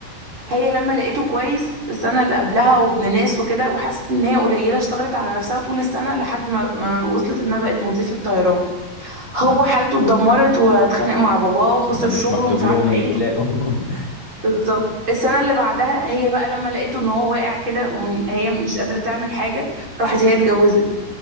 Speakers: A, on the right (about 30°); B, on the left (about 55°).
A: هي لما لقيته كويس السنه اللي قبلها وابن ناس وكده وحست ان هي قليله اشتغلت على نفسها طول السنه لحد ما ما وصلت انها بقت مضيفه طيران هو
B: يا س-
A: حالته اتدمرت واتخانق مع باباه وخسر
B: ده مش
A: شغله
B: مكتوب
A: ومش عارفه
B: لهم
A: ايه
B: يتلاقوا <laughs>
A: بالظبط السنة اللي بعدها هي بقى لما لقيته ان هو واقع كده وهي مش قادرة تعمل حاجة راحت هي اتجوزت